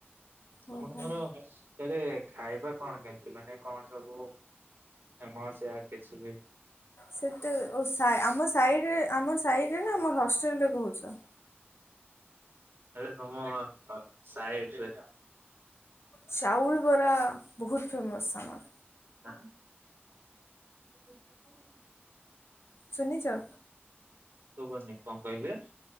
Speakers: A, on the left (about 75°); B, on the right (about 60°).
A: ଓହୋ
B: ଆପଣଙ୍କର ସାଡେ ଖାଇବା କଣ କେମିତି ମାନେ କଣ ସବୁ ଏ ମୋ ସିୟା କିଛି ବି
A: ସେତ ଆମ ସାରେ ଆମ ସାହିରେ ନା ଆମ ହଷ୍ଟେଲରେ କହୁଛ।
B: ଆରେ ତମ ସାଇଟରେ।
A: ଚାଉଳ ବରା ବହୁତ ଫେମସ୍ ଆମର।
B: ଆଁ <unintelligible>
A: ଶୁନିଛ।
B: ଶୁଭୁନି କଣ କହିଲେ?